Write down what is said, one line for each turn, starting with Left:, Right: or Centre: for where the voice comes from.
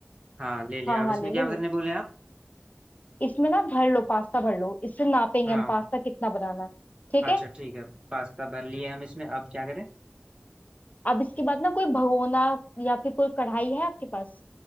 Right: हाँ ले लिया
Left: हाँ हाँ
Right: अब इसमें
Left: ले
Right: क्या
Left: लो
Right: भरने
Left: ले लो
Right: बोले आप
Left: इसमें ना भर लो पास्ता भर लो इससे नापेंगे
Right: हाँ
Left: हम पास्ता कितना बनाना है ठीक
Right: अच्छा
Left: है
Right: ठीक है पास्ता भर लिए हम इसमें अब क्या करें
Left: अब इसके बाद ना कोई भगोना या फिर कोई कढ़ाई है आपके पास